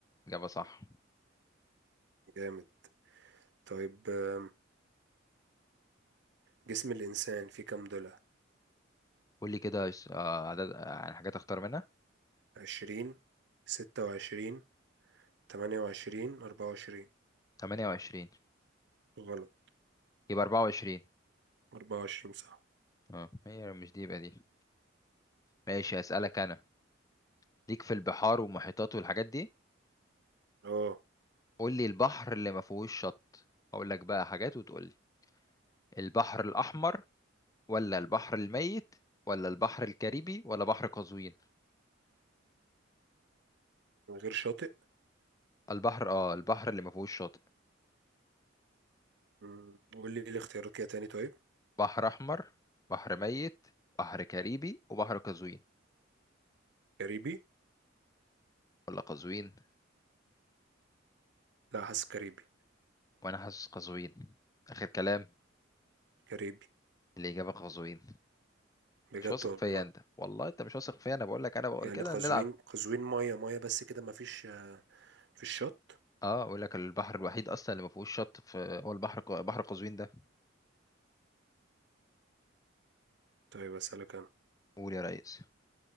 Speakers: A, on the left; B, on the right.
A: إجابة صح
B: جامد طيب آم، جسم الإنسان فيه كام ضلع؟
A: قول لي كده يس- آه، عدد آه، يعني حاجات اختار منها
B: عشرين ستة وعشرين تمانية وعشرين أربعة وعشرين
A: 28
B: غلط
A: يبقى 24
B: أربعة وعشرين صح
A: اه هي مش دي يبقى دي ماشي هسألك انا ليك في البحار والمحيطات والحاجات دي
B: اه
A: قول لي البحر اللي ما فيهوش شط اقول لك بقى حاجات وتقول لي البحر الأحمر ولا البحر الميت ولا البحر الكاريبي ولا بحر قزوين
B: من غير شاطئ
A: البحر اه البحر اللي ما فيهوش شاطئ
B: مم، قول لي الاختيارات كده تاني طيب
A: بحر احمر بحر ميت بحر كاريبي وبحر قزوين
B: كاريبي
A: ولا قزوين
B: لا حاسس كاريبي
A: وانا حاسس قزوين اخر كلام
B: كاريبي
A: الاجابه قزوين
B: بجد
A: مش واثق
B: والله
A: فيا انت والله انت مش واثق فيا انا بقول لك انا بقول
B: يعني
A: كده
B: قزوين
A: نلعب
B: قزوين مية مية بس كده مفيش آه، في الشط
A: اه اقول لك البحر الوحيد اصلا اللي ما فيهوش شط في هو البحر ق- بحر قزوين ده
B: طيب أسألك أنا
A: قول يا ريس